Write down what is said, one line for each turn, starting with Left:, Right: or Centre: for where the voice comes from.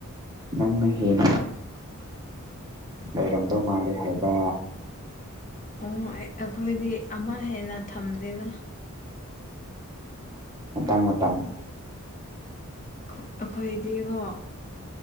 Right: ꯅꯪꯅ ꯍꯦꯟꯅ ꯂꯩꯔꯝꯗꯧ ꯃꯥꯜꯂꯤ ꯍꯥꯏꯕꯥ
Left: ꯎꯝ ꯑꯩ ꯑꯈꯣꯏꯗꯤ ꯑꯃ ꯍꯦꯟꯅ ꯊꯝꯗꯦꯗ
Right: ꯃꯇꯥꯡ ꯃꯇꯝꯒꯤ
Left: ꯈ ꯑꯈꯣꯏꯗꯤꯉꯣ